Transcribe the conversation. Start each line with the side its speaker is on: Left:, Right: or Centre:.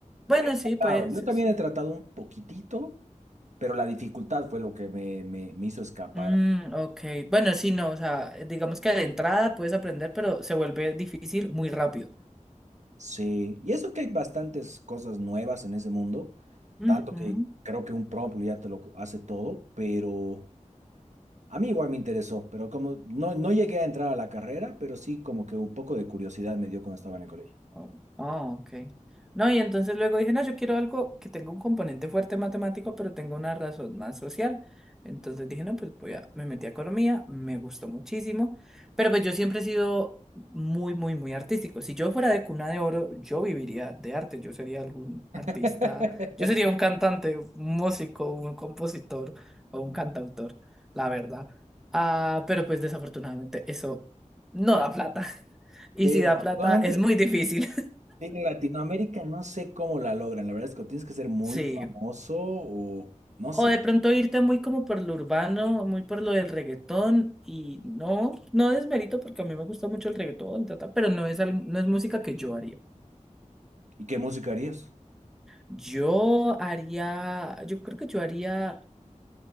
Centre: Bueno,
Right: He
Centre: sí,
Right: tratado,
Centre: pues...
Right: Yo también
Centre: es-
Right: he tratado un poquitito, pero la dificultad fue lo que me, me- me hizo escapar.
Centre: Mm, ok. Bueno, sí, no, o sea, digamos que de entrada puedes aprender, pero se vuelve difícil muy rápido.
Right: Sí, y eso que hay bastantes cosas nuevas en ese mundo,
Centre: Ujú.
Right: tanto que creo que un prompt ya te lo hace todo, pero... A mí igual me interesó, pero como no, no llegué a entrar a la carrera, pero sí como que un poco de curiosidad me dio cuando estaba en el colegio.
Centre: Oh, oh, ok. No, y entonces luego dije, no, yo quiero algo que tenga un componente fuerte matemático, pero tenga una razón más social. Entonces dije, no, pues voy a, me metí a economía, me gustó muchísimo, pero pues yo siempre he sido muy, muy, muy artístico. Si yo fuera de cuna de oro, yo viviría de arte, yo sería algún
Right: <laughs>
Centre: artista, yo sería un cantante, un músico, un compositor o un cantautor, la verdad. Ah, pero pues desafortunadamente eso no da plata. <laughs> Y
Right: Sí,
Centre: si
Right: desafortunadamente,
Centre: da plata, es muy difícil.
Right: sí, en Latinoamérica no sé cómo la logran. La verdad es que tienes que ser muy
Centre: Sí.
Right: famoso o no
Centre: O
Right: sé.
Centre: de pronto irte muy como por lo urbano, muy por lo del reggaetón y no, no desmerito porque a mí me gusta mucho el reggaetón, ta, ta, pero no es, al- no es música que yo haría.
Right: ¿Y qué música harías?
Centre: Yo haría, yo creo que yo haría,